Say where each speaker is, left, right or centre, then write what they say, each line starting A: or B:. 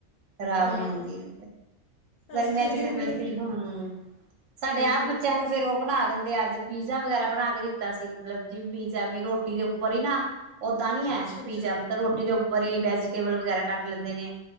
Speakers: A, on the right; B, on the left.
A: ਖਰਾਬ
B: ਹਾਂ
A: ਨੀ ਹੁੰਦੀ। ਗਰਮੀਆਂ
B: ਇੱਥੇ
A: ਚ
B: ਵੀ ਹੁਣ
A: <unintelligible> ਹੂੰ। ਸਾਡੇ
B: ਹੂੰ
A: ਆਪ
B: ਹੂੰ
A: ਬੱਚਿਆਂ ਨੂੰ ਫੇਰ ਉਹ ਬਣਾ ਦਿੰਦੇ ਐ, ਅੱਜ ਪੀਜ਼ਾ ਵਗੈਰਾ ਬਣਾ ਕੇ ਦਿੱਤਾ ਸੀ। ਮਤਲਬ ਜਿਵੇਂ ਪੀਜ਼ਾ ਵੀ ਰੋਟੀ ਦੇ ਉੱਪਰ ਈ ਨਾ ਓਦਾਂ ਨੀ ਐ
B: ਅੱਛਾ ਅੱਛਾ
A: ਪੀਜ਼ਾ ਰੋਟੀ ਦੇ ਉੱਪਰ ਈ ਵੈਜੀਟੇਬਲ ਵਗੈਰਾ ਕੱਟ ਲੈਂਦੇ ਨੇ